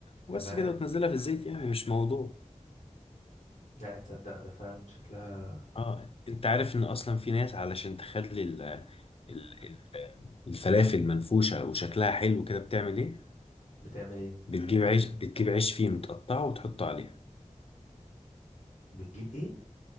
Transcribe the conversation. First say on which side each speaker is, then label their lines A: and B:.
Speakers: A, on the left; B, on the left.
A: وبس
B: تمام
A: كده وتنزلها في الزيت يعني مش موضوع
B: لا تصدق ده فعلا شكلها
A: اه انت عارف ان اصلا في ناس علشان تخلي ال... ال... ال- الفلافل منفوشة وشكلها حلو كده بتعمل ايه
B: بتعمل ايه
A: بتجيب عيش بتجيب عيش فينو تقطعه وتحطه عليها
B: بتجيب ايه